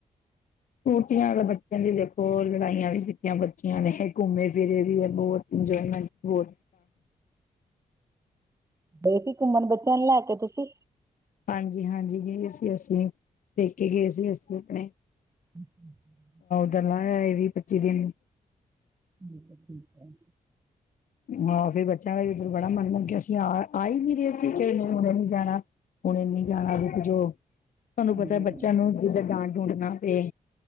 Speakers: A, on the left; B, on the right.
A: ਛੁੱਟੀਆਂ ਤਾਂ ਬੱਚਿਆਂ ਦੀ ਦੇਖੋ ਲੜਾਈਆਂ ਵੀ ਕੀਤੀਆਂ ਬੱਚੀਆਂ ਨੇ ਇਹ ਘੁੰਮੇ ਫਿਰੇ ਵੀ ਹੈ। ਬਹੁਤ ਇੰਜੋਏਮੈਂਟ ਹੋਹੁ-
B: ਗਏ ਸੀ ਘੁੰਮਣ ਬੱਚਿਆਂ ਨੂੰ ਲੈ ਕੇ ਤੁਸੀ
A: ਹਾਂਜੀ ਹਾਂਜੀ ਗਏ ਸੀ ਅਸੀ ਪੇਕੇ ਗਏ ਸੀ ਅਸੀ ਆਪਣੇ
B: ਅੱ <unintelligible>
A: ਲਆ ਇਹ ਵੀਹ- ਪੱਚੀ ਦਿਨ।
B: ਠੀਕ- ਠੀਕ ਹੈ।
A: ਹਾਂ। ਫੇਰ ਬੱਚਿਆਂ ਦਾ ਵੀ ਉਧਰ ਬੜਾ ਮੰਨ ਲਗ ਗੇਸੀ ਅਸੀ ਆ- ਆ ਹੀ ਨੀ ਰਹੇ ਸੀ ਨੀ ਜਾਣਾ। ਹੁਣ ਇਨੀ ਜਾਣਾ ਰੁਕ ਜਾਓ। ਤੁਹਾਨੂੰ
B: ਹਾਂਜੀ
A: ਪਤਾ ਬੱਚਿਆਂ ਨੂੰ ਡਾਂ-ਡ ਡੂੰਡ ਨਾ ਪਏ।